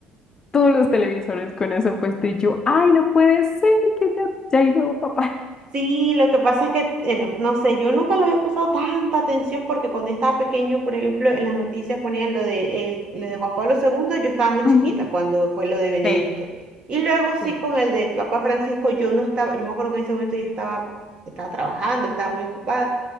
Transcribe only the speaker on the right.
Sí, lo que pasa es que, eh, no, no sé, yo nunca le había prestado tanta atención porque cuando yo estaba pequeño, por ejemplo, en las noticias ponían lo de, eh, lo de Juan Pablo II, yo estaba muy chiquita
cuando fue lo de Benedicto.
Y luego sí
con el del Papa Francisco, yo no estaba, yo me acuerdo que en ese momento yo estaba, estaba trabajando, estaba muy ocupada.